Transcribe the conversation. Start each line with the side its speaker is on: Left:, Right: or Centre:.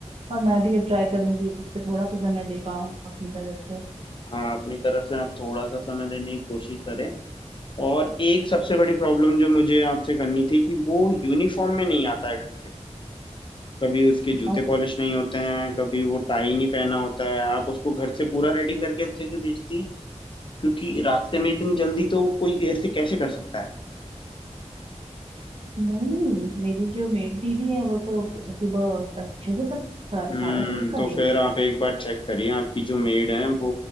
Right: और मैं भी अब ट्राई करूंगी उस पर थोड़ा तो समय दे पाऊँ अपनी तरफ से
Left: हाँ अपनी तरफ से आप थोड़ा सा समय देने की कोशिश करें और एक सबसे बड़ी प्रॉब्लम जो मुझे आपसे करनी थी कि वो यूनिफॉर्म में नहीं आता है ढंग से कभी उसके जूते
Right: और
Left: पॉलिश नहीं होते हैं कभी वो टाई नहीं पहना होता है आप उसको घर से पूरा रेडी करके अच्छे से बेचती हैं क्योंकि रास्ते में इतनी जल्दी तो कोई ऐसे कैसे कर सकता है
Right: नहीं नहीं मेरी जो मेड दीदी है वो तो सुबह अच्छे से सब सा,
Left: हम्म
Right: सारा कुछ उसका
Left: तो
Right: देख
Left: फिर आप एक बार चेक करिए आपकी जो मेड हैं वो